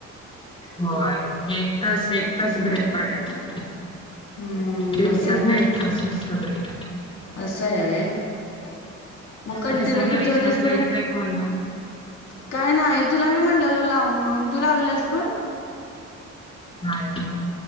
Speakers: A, on the left; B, on the left.
A: होय, एक तास, एक तास, ब्रेक पाडायचा.
B: हम्म
A: दिवसांतन
B: तेच म्हणून
A: एक तास नुसता ब्रेक
B: असं आहे होय, मग कंटिन्यू
A: प्रसादला
B: किती
A: विचारलेलं
B: वाजेस पर्यंत
A: काय कॉल लावून
B: काय नाही तुला मी म्हणलेलो लाव म्हणून, तू लावल्यास फोन?
A: नाही नव